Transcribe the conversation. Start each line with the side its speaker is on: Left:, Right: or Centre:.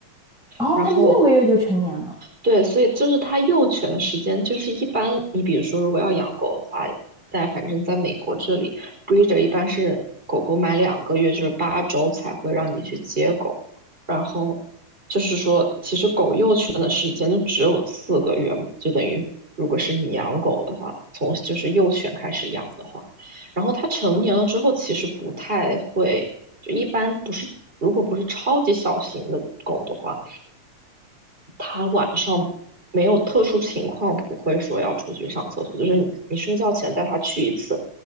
Centre: 哦，
Right: 然后
Centre: 它六个月就成年了，
Right: 对，所以就是它幼犬的时间，就是一般你比如说，如果要养狗的话，在反正在美国这里，breeder 一般是狗狗满两个月，就是八周才会让你去接狗。然后就是说，其实狗幼犬的时间就只有四个月嘛，就等于如果是你养狗的话，从就是幼犬开始养的话，然后它成年了之后，其实不太会，就一般不是，如果不是超级小型的狗的话。他晚上没有特殊情况不会说要出去上厕所，就是你你睡觉前带他去一次，